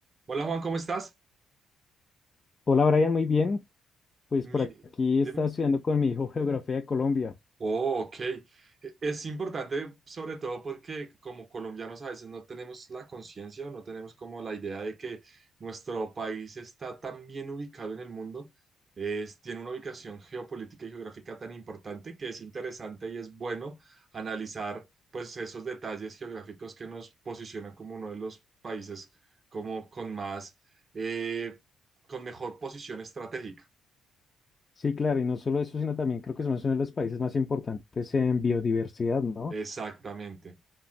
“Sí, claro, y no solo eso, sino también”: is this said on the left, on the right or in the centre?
Left